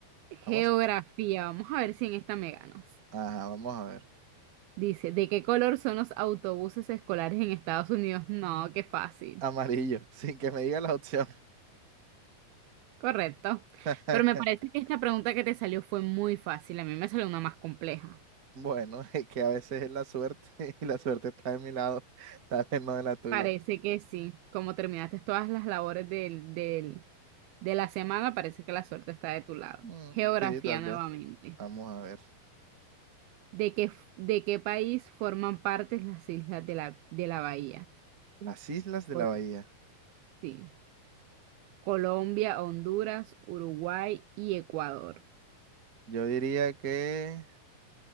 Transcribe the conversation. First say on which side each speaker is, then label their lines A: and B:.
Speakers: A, on the right (about 45°); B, on the right (about 80°).
A: Vamos,
B: Geografía. Vamos a ver si en esta me ganas.
A: ajá, vamos a ver.
B: Dice, ¿de qué color son los autobuses escolares en Estados Unidos? No, qué fácil.
A: Amarillo, <laughs> sin que me diga la opción.
B: Correcto.
A: <laughs>
B: Pero me parece que esta pregunta que te salió fue muy fácil. A mí me salió una más compleja.
A: Bueno, es que a veces es la suerte <laughs> y la suerte está de mi lado, <laughs> tal vez no de la tuya.
B: Parece que sí. Como terminaste todas las labores del, del- de la semana, parece que la suerte está de tu lado.
A: Mm,
B: Geografía
A: sí, tal vez.
B: nuevamente.
A: Vamos a ver.
B: ¿De qué, f- de qué país forman parte las islas de la, de la bahía?
A: Las islas de
B: Col-
A: la bahía.
B: sí. Colombia, Honduras, Uruguay y Ecuador.
A: Yo diría que